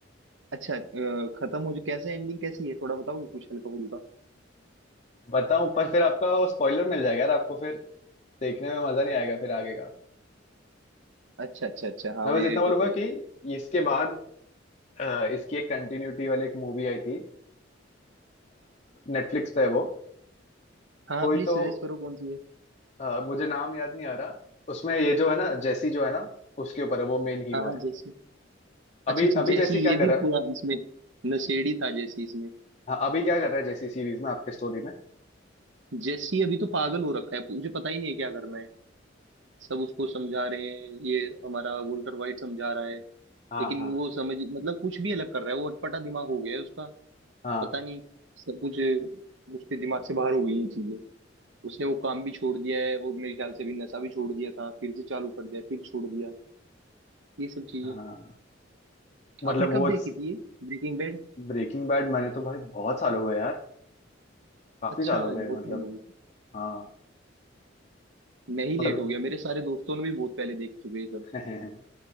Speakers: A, on the right; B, on the left.
A: अच्छा अ, खत्म हो जो कैसे एंडिंग कैसी है थोड़ा बताओगे कुछ हल्का फुल्का
B: बताऊं पर फिर आपका वो स्पॉइलर मिल जाएगा यार आपको फिर देखने में मजा नहीं आएगा फिर आगे का
A: अच्छा अच्छा अच्छा हाँ
B: मैं
A: वो
B: बस
A: ये
B: इतना बोलूंगा
A: तो है
B: कि इसके बाद अ, इसकी एक कंटिन्यूटी वाली एक मूवी आई थी नेटफ्लिक्स पे है वो
A: हाँ
B: कोई
A: हाँ प्लीज
B: तो
A: सजेस्ट करो कौन सी है
B: अ, मुझे नाम याद नहीं आ रहा उसमें ये जो है ना जैसी जो है ना उसके ऊपर है वो मेन हीरो
A: हाँ हाँ
B: है
A: जैसी
B: अभी
A: अच्छा अच्छा
B: अभी जैसी
A: जैसी
B: क्या
A: ये
B: कर
A: भी
B: रहा है
A: पूरा इसमें नशेड़ी था जैसी इसमें
B: हाँ अभी क्या कर रहा है जैसी सीरीज में आपके स्टोरी में
A: जैसी अभी तो पागल हो रखा है मुझे पता ही नहीं है क्या करना है सब उसको समझा रहे हैं ये हमारा वोल्टर वाइट समझा रहा है
B: हाँ
A: लेकिन
B: हाँ
A: वो समझ मतलब कुछ भी अलग कर रहा है वो अटपटा दिमाग हो गया है उसका
B: हाँ
A: पता नहीं सब कुछ उसके दिमाग से बाहर हो गई है चीजें उसने वो काम भी छोड़ दिया है और मेरे ख्याल से अभी नशा भी छोड़ दिया था फिर से चालू कर दिया फिर छोड़ दिया ये सब चीजें
B: हाँ मतलब
A: आपने
B: वो
A: कब देखी थी ये ब्रेकिंग बैड
B: ब्रेकिंग बैड मैंने तो भाई बहुत साल हो गए यार काफी
A: अच्छा
B: साल हो गए
A: बहुत
B: मतलब
A: टाइम हो गया
B: हाँ
A: मैं ही
B: पर
A: लेट हो गया मेरे सारे दोस्तों ने भी बहुत पहले देख चुके हैं ये सब
B: <laughs>